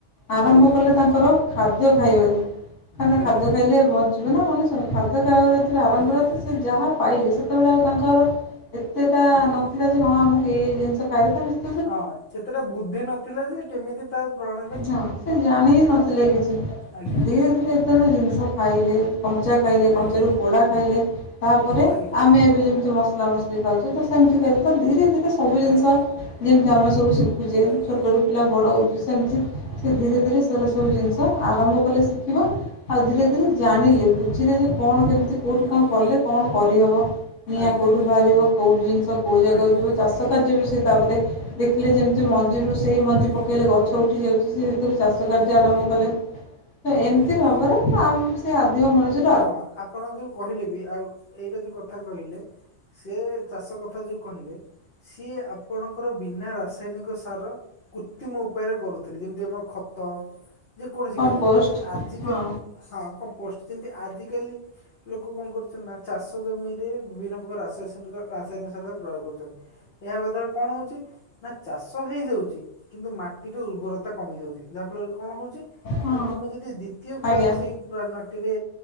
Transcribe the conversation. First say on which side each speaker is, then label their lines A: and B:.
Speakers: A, on the left (about 75°); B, on the left (about 55°).
A: ଆରମ୍ଭ
B: ଆଜ୍ଞା
A: କଲେ
B: ଆଜ୍ଞା
A: ତାଙ୍କର ଖାଦ୍ୟ ଖାଇବାରୁ କାହିଁକିନା
B: ଆଜ୍ଞା
A: ଖାଦ୍ୟ ଖାଇଲେ ବଞ୍ଚିବେ ନା ମଣିଷ ଖାଦ୍ୟ ଖାଇବାରୁ
B: ଆଜ୍ଞା ଆଜ୍ଞା ଆଜ୍ଞା
A: ଯାହା ପାଇଲେ ସେତେବେଳେ ଆଉ ତାଙ୍କାର ଏତଟା
B: ଆଜ୍ଞା
A: ନଥିଲା। ହଁ ଆମକୁ ଏଇ ଏଇ ଜିନିଷ ଖାଇବାର ଅଛି। ଆମେ
B: ହଁ ସେତେଟା ବୁଦ୍ଧି ନଥିଲା ଯେ କେମିତି ତାକୁ ପ୍ରଣା
A: ହଁ ସେ ଜାଣି ହିଁ ନଥିଲେ କିଛି।
B: ଆଜ୍ଞା
A: ଧୀରେ ଧୀରେ ଯେତେବେଳେ ଜିନିଷ ଖାଇଲେ କଞ୍ଚା ଖାଇଲେ
B: ଆଜ୍ଞା
A: କଞ୍ଚାରୁ ପୋଡା ଖାଇଲେ ତାପରେ
B: ଆଜ୍ଞା
A: ଆମେ ଏବେ ଯେମିତି ମସଲା ମସ ଲି ଖାଉଚେ ତ ସେମିତି ଖାଇ ତ ଧୀରେ ଧୀରେ ସବୁ ଜିନିଷ
B: ଆଜ୍ଞା
A: ଯେମିତି ଆମେ ସବୁ ଶିଖୁଚେ
B: ଆଜ୍ଞା
A: ଛୋଟରୁ ପିଲା ଲା ବଡ ହୋଉଚି ସେମିତି ସେ ଧୀରେ ଧୀରେ ସେରା ସବୁ ଜିନିଷ ଆରମ୍ଭ କଲେ ଶିଖିବ। ଆଉ ଧୀରେ ଧୀରେ ଜାଣିଲେ ବୁଝିଲେ ଯେ କଣ କେମିତି କୋଉଠି
B: ଆଜ୍ଞା
A: କଣ
B: ଆଜ୍ଞା
A: କଲେ କଣ କରି ହବ। ନିଆଁ
B: ଆଜ୍ଞା
A: କୋଉଠୁ ବାହାରିବ କୋଉ ଜିନିଷ କଉ ଜାଗା
B: ଆଜ୍ଞା
A: ଯିବ ଚାଷ କାର୍ଯ୍ୟ ବି ସେ ତାପରେ ଦେଖିଲେ ଯେମିତି ମଞ୍ଜିରୁ ସେଇ ମଞ୍ଜି
B: ଆଜ୍ଞା
A: ପକେଇଲେ ଗଛ ଉଠି ଯାଉଚି ସେ ସେତେବେଳେ ଚାଷ କାର୍ଯ୍ୟ
B: ଆଜ୍ଞା
A: ଆରମ୍ଭ
B: ଆଜ୍ଞା
A: କଲେ ତ ଏମିତି
B: ଆଜ୍ଞା
A: ଭାବରେ ଆମ ସେ ଆଦିମ ମଣିଷ
B: ହଁ ଆପଣ ଯୋଉ କହିଲେ ବି ଆଉ ଏଇଟା ଯୋଉ କଥା କହିଲେ। ସେ ଚାଷ କଥା ଯୋଉ କହିଲେ। ସିଏ ଆପଣଙ୍କର ବିନା ରାସାୟନିକ ସାର କୃତିମ ଉପାୟରେ କରୁଥିଲି ଯେମିତି ଆମର ଖତ ଯେ କୌଣସି
A: କମ୍ପୋଷ୍ଟ
B: କାର୍ଯ୍ୟରେ କିନ୍ତୁ ଆଜିକାଲି
A: ହଁ
B: ହଁ କମ୍ପୋଷ୍ଟ ସେମିତି ଆଜିକାଲି ଲୋକ କଣ କରୁଚନ୍ତି ନା ଚାଷ ଜମିରେ ବିଭିନ୍ନ ପ୍ରକାର ରାସାସୟନିକ ରାସାୟନିକ ସାରରେ ପ୍ରୟୋଗ କରୁଚନ୍ତି। ଏହା ହବାଦ୍ୱାରା କଣ ହୋଉଚି। ନା ଚାଷ ହେଇଯାଉଚି କିନ୍ତୁ ମାଟିର ଉର୍ବରତା କମି ଯାଉଚି ଯାହାଫଳରେ କଣ ହୋଉଚି। ନା
A: ହଁ
B: ତମେ ଯଦି ଦ୍ଵିତୀୟ ବାର
A: ଆଜ୍ଞା
B: ସେଇ ପ୍ରଣାଟିରେ